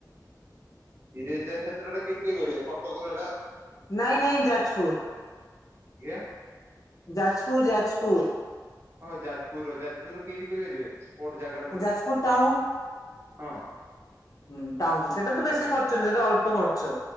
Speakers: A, on the right (about 35°); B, on the left (about 55°).
A: ବିରେଜା କ୍ଷେତ୍ରରେଟା କିଠୁ କହିପାରିବ କଟକ ର ଏଟା
B: ନାଇଁ ନାଇଁ ଯାଜପୁର।
A: ଆଜ୍ଞା?
B: ଯାଜପୁର ଯାଜପୁର।
A: ହଁ ଯାଜପୁର ର ଯାଜପୁର ର କେଠି କହିପାରିବେ ସ୍ପୋଟ ଜାଗା ଟା ପୁରା?
B: ଯାଜପୁର ଟାଉନ
A: ହଁ।
B: ହୁଁ ଟାଉନ ସେଟା ତ ବେଶୀ ଖର୍ଚ୍ଚ ନାହି ସେଟା ଅଳ୍ପ ଖର୍ଚ୍ଚ,